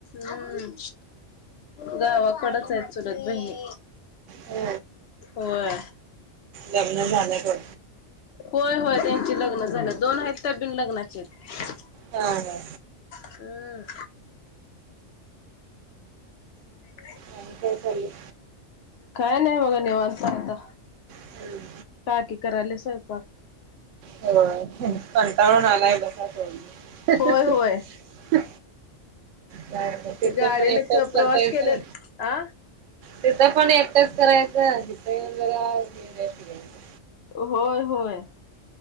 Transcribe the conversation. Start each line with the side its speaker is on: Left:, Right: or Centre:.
Left: हम् गावाकडच हायेत चुलत बहिणी.
Right: हो
Left: होय
Right: लग्न झालंय का?
Left: होय होय त्यांची लग्न झालं दोन आहेत त्या बिन लग्नाचे आहेत.
Right: हा हा.
Left: हम्म. <unintelligible>
Right: आणि काय चाललंय.
Left: काय नाही बघा निवांत आहे आता.
Right: हम्म.
Left: काकी करालेया स्वयंपाक.
Right: होय तुम्ही कंटाळून आलाय बसादो मग
Left: होय होय
Right: मी काय ना तेथ
Left: ते गाडीने
Right: पण एकच करतायचं
Left: प्रवास केले आ
Right: तिथं पण एकटाच करायचं इथं येऊन जरा रेस्ट घ्यायचं
Left: होय होय.